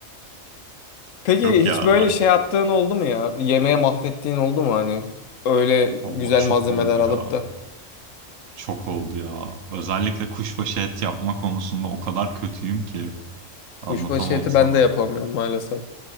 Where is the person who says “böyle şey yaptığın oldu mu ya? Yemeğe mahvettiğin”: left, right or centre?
Left